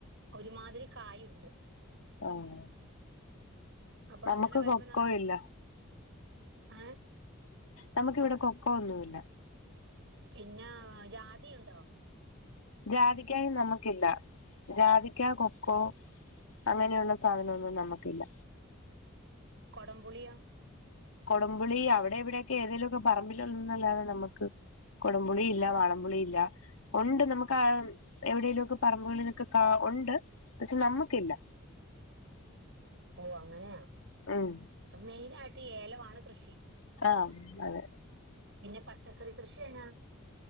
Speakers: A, on the right (about 60°); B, on the left (about 85°).
A: ഒരുമാതിരി കായുണ്ട്.
B: ആഹ്
A: അപ്പൊ
B: നമുക്ക്
A: അങ്ങനെ വരുമ്പോൾ,
B: കൊക്കോ ഇല്ല
A: ആഹ്.
B: നമുക്ക് ഇവിടെ കൊക്കോ ഒന്നുമില്ല.
A: പിന്നെ ജാതിയുണ്ടോ?
B: ജാതിക്കായും നമുക്കില്ല ജാതിക്ക കൊക്കോ. അങ്ങനെയുള്ള സാധനമൊന്നും നമുക്കില്ല.
A: കൊടംപുളിയോ?
B: കൊടപുളി അവിടെ ഇവിടെയൊക്കെ ഏതെങ്കിലും ഒക്കെ പറമ്പിലുള്ള എന്നു അല്ലാതെ നമുക്ക്. കൊടംപുളി ഇല്ല വാളം പുളി ഇല്ല. ഉണ്ട് നമുക്ക് ആഹ് എവിടേലും ഒക്കെ പറമ്പുകളിൽ ഒക്കെ കാ ഉണ്ട്. പക്ഷെ നമ്മുക്കില്ല.
A: ഓഹ് അങ്ങനെയാ
B: ഉം
A: മെയിൻ ആയിട്ട് ഏലമാണ് കൃഷി.
B: ആഹ് അതെ.
A: പിന്നെ പച്ചക്കറി കൃഷി എന്നാ.